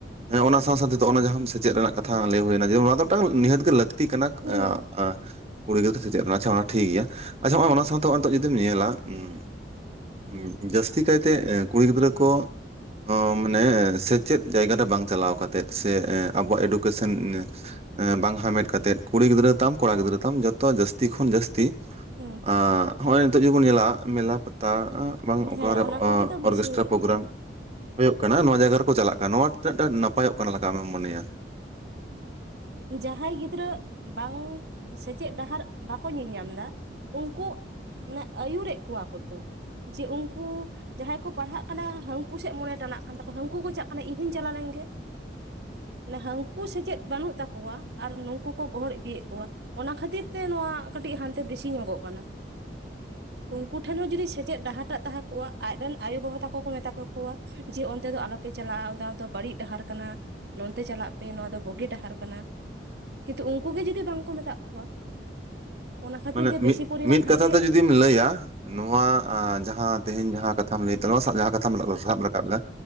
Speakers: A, on the right (about 35°); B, on the right (about 65°).
A: ᱦᱮᱸ ᱚᱱᱟ ᱥᱟᱶ-ᱥᱟᱶᱛᱮ ᱚᱱᱟ ᱡᱟᱦᱟᱸ ᱥᱮᱪᱮᱫ ᱨᱮᱱᱟᱜ ᱠᱟᱛᱷᱟ ᱞᱟᱹᱭ ᱦᱩᱭᱱᱟ ᱡᱮ ᱚᱱᱟ ᱫᱚ ᱢᱤᱫᱴᱟᱝ ᱱᱤᱦᱟᱹᱛ ᱜᱮ ᱞᱟᱹᱠ ᱛᱤ ᱠᱟᱱᱟ
B: ᱦᱩᱸ
A: ᱮᱸᱜ ᱟᱸ ᱠᱩᱲᱤ ᱜᱤᱫᱽᱨᱟᱹ ᱥᱮᱪᱮᱫ ᱨᱮᱱᱟᱜ ᱟᱪᱪᱷᱟ ᱚᱱᱟ ᱴᱷᱤᱠ ᱜᱮᱭᱟ, ᱟᱪᱪᱷᱟ ᱱᱚᱜᱼᱚᱭ ᱚᱱᱟ ᱥᱟᱶᱛᱮ ᱦᱚᱸᱜᱼᱚᱭ ᱱᱤᱛᱚᱜ ᱡᱩᱫᱤᱢ ᱧᱮᱞᱟ ᱩᱸ ᱩᱸᱜ ᱡᱟᱹᱥᱛᱤ ᱠᱟᱭᱛᱮ ᱠᱩᱲᱤ ᱜᱤᱫᱽᱨᱟᱹ ᱠᱚ ᱚ ᱢᱟᱱᱮ ᱥᱮᱪᱮᱫ ᱡᱟᱭᱜᱟ ᱨᱮ ᱵᱟᱝ ᱪᱟᱞᱟᱣ ᱠᱟᱛᱮᱫ ᱥᱮ ᱮᱸ ᱟᱵᱚᱣᱟᱜ ᱮᱰᱩᱠᱮᱥᱚᱱ ᱮᱸ ᱵᱟᱝ ᱦᱟᱸᱢᱮᱴ ᱠᱟᱛᱮᱫ ᱠᱩᱲᱤ ᱜᱤᱫᱽᱨᱟᱹ ᱛᱟᱢ ᱠᱚᱲᱟ ᱜᱤᱫᱽᱨᱟᱹ ᱛᱟᱢ ᱡᱚᱛᱚ ᱡᱟᱹᱥᱛᱤ ᱠᱷᱚᱱ ᱡᱟᱹᱥᱛᱤ
B: ᱩᱸ᱾
A: ᱟᱸ ᱦᱚᱸᱜᱼᱚᱭ ᱱᱤᱛᱚᱜ ᱡᱮ ᱵᱚᱱ ᱧᱮᱞᱟ ᱢᱮᱞᱟ ᱯᱟᱛᱟ ᱟᱸ ᱵᱟᱝ
B: ᱦᱮᱸ
A: ᱚᱠᱟᱨᱮ
B: ᱚᱱᱟ ᱠᱚᱜᱮ ᱛᱚ ᱵᱮᱥᱤ
A: ᱚᱨᱜᱮᱥᱴᱟᱨ
B: ᱦᱩᱭᱩᱜ
A: ᱯᱨᱳᱜᱨᱟᱢ
B: ᱠᱟᱱᱟ
A: ᱦᱩᱭᱩᱜ ᱠᱟᱱᱟ, ᱱᱚᱣᱟ ᱡᱟᱭᱜᱟ ᱨᱮᱠᱚ ᱪᱟᱞᱟᱜ ᱠᱟᱱᱟ ᱱᱚᱣᱟ ᱛᱤᱱᱟᱹᱜ ᱴᱟᱜ ᱱᱟᱯᱟᱭᱚᱜ ᱠᱟᱱᱟ ᱞᱮᱠᱟ ᱟᱢᱮᱢ ᱢᱚᱱᱮᱭᱟ?
B: ᱡᱟᱦᱟᱸᱭ ᱜᱤᱫᱽᱨᱟᱹ ᱵᱟᱝ ᱥᱮᱪᱮᱫ ᱰᱟᱦᱟᱨ ᱵᱟᱠᱚ ᱧᱮᱧᱟᱢ ᱫᱟ ᱩᱱᱠᱩ ᱢᱟᱱᱮ ᱟᱹᱭᱩᱨᱮᱫ ᱠᱚᱣᱟ ᱠᱚᱛᱚ᱾ ᱡᱮ ᱩᱝᱠᱩ ᱡᱟᱦᱟᱸᱭ ᱠᱚ ᱯᱟᱲᱦᱟᱜ ᱠᱟᱱᱟ ᱦᱟᱹᱝᱠᱩ ᱥᱮᱫ ᱢᱚᱱᱮ ᱴᱟᱱᱟᱜ ᱠᱟᱱ ᱛᱟᱠᱚᱣᱟ ᱦᱟᱹᱱᱠᱩ ᱠᱚ ᱪᱟᱞᱟᱜ ᱠᱟᱱᱟ ᱤᱧ ᱦᱚᱧ ᱪᱟᱞᱟᱣ ᱞᱮᱝᱜᱮ᱾ ᱦᱟᱹᱱᱠᱩ ᱥᱮᱪᱮᱫ ᱵᱟᱹᱱᱩᱜ ᱛᱟᱠᱚᱣᱟ ᱟᱨ ᱱᱩᱝᱠᱩ ᱠᱚ ᱜᱚᱦᱚᱲ ᱤᱫᱤᱭᱮᱜ ᱠᱚᱣᱟ᱾ ᱚᱱᱟ ᱠᱷᱟᱹᱛᱤᱨ ᱛᱮ ᱱᱚᱣᱟ ᱠᱟᱹᱴᱤᱡᱦᱟᱸᱱᱛᱮ ᱠᱟᱹᱴᱤᱡ ᱵᱮᱥᱤ ᱧᱚᱜᱚᱜ ᱠᱟᱱᱟ᱾ ᱩᱝᱠᱩ ᱴᱷᱮᱱ ᱦᱚᱸ ᱡᱩᱫᱤ ᱥᱮᱪᱮᱫ ᱰᱟᱦᱟᱨᱴᱟᱜ ᱛᱟᱦᱮᱸ ᱠᱚᱜᱼᱟ ᱟᱡ ᱨᱮᱱ ᱟᱭᱳᱵᱟᱵᱟ ᱛᱟᱠᱚ ᱠᱚ ᱢᱮᱛᱟ ᱠᱮᱠᱚᱣᱟ ᱡᱮ ᱚᱱᱛᱮ ᱫᱚ ᱟᱞᱚᱯᱮ ᱪᱟᱞᱟᱜᱼᱟ ᱚᱸᱫᱟ ᱚᱸᱫᱟ ᱵᱟᱲᱤᱜ ᱰᱟᱦᱟᱨ ᱠᱟᱱᱟ, ᱱᱚᱱᱛᱮ ᱪᱟᱞᱟᱜ ᱯᱮ ᱱᱚᱣᱟ ᱫᱚ ᱵᱩᱜᱤ ᱰᱟᱦᱟᱨ ᱠᱟᱱᱟ᱾ ᱠᱤᱱᱛᱩ ᱩᱝᱠᱩ ᱜᱮ ᱡᱩᱫᱤ ᱵᱟᱝ ᱠᱚ ᱢᱮᱛᱟᱜ ᱠᱚᱣᱟ᱾ ᱚᱱᱟ ᱠᱷᱟᱹᱛᱤᱨ
A: ᱢᱟᱱᱮ
B: ᱜᱮ ᱵᱮᱥᱤ
A: ᱢᱤᱫ
B: ᱯᱚᱨᱤᱢᱟᱱ
A: ᱢᱤᱫ
B: ᱦᱟᱱᱛᱮ
A: ᱠᱟᱛᱷᱟ ᱛᱮ ᱡᱩ ᱫᱤᱢ ᱞᱟᱹᱭᱟ ᱱᱚᱣᱟ ᱟᱸ ᱡᱟᱸᱦᱟ ᱛᱮᱦᱮᱧ ᱡᱟᱸᱦᱟ ᱠᱟᱛᱷᱟᱢ ᱞᱟᱹᱭ ᱛᱟᱞᱟᱝ <inaudible> ᱡᱟᱦᱟᱸ ᱠᱟᱛᱷᱟᱢ ᱥᱟᱵ ᱨᱟᱠᱟᱵᱫᱟ